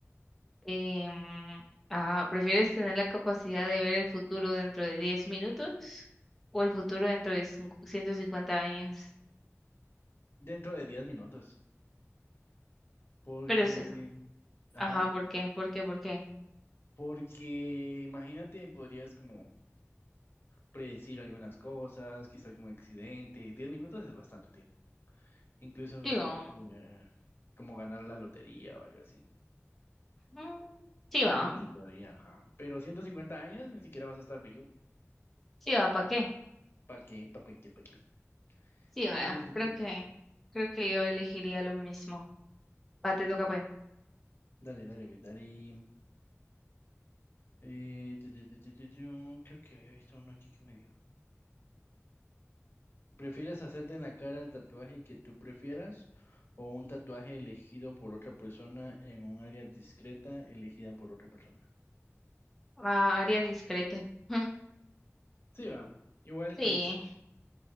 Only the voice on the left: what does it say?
Dentro de 10 minutos. Porque,
ajá,
porque imagínate, podrías como predecir algunas cosas, quizá algún accidente. 10 minutos es bastante tiempo. Incluso
eh, como ganar la lotería o algo así.
Creo que se podría, ajá. Pero 150 años ni siquiera vas a estar vivo.
¿Para qué? ¿Para qué? ¿Para qué?
Eso no tiene sentido.
Dale, dale, ve, dale. Eh, tu, tu, tu, tu, tu, tu. Creo que había visto uno aquí que me dio. ¿Prefieres hacerte en la cara el tatuaje que tú prefieras o un tatuaje elegido por otra persona en un área discreta elegida por otra persona?
Sí, va. Igual,
pues,